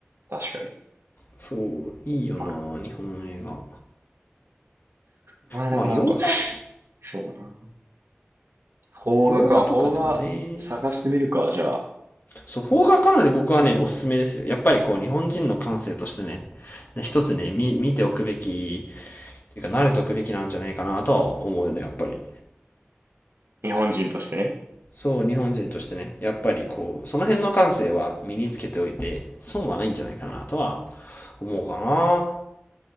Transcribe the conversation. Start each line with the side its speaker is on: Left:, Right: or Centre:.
Right: 確かに。
Left: そう、いいよな、
Right: まあ、
Left: 日本の映画。
Right: まあだからなんか、
Left: まあ、洋画、
Right: そうだな。邦画か、
Left: 洋画とかでもね。
Right: 邦画探してみるか、じゃあ、
Left: そう、邦画かなり僕はね、おすすめですよ。やっぱりこう、日本人の感性としてね、ね一つね、見、見ておくべき、っていうか、慣れておくべきなんじゃないかなとは思うよね、やっぱり。
Right: 日本人としてね。
Left: そう、日本人としてね、やっぱりこう、その辺の感性は身につけておいて、損はないんじゃないかなとは思うかな。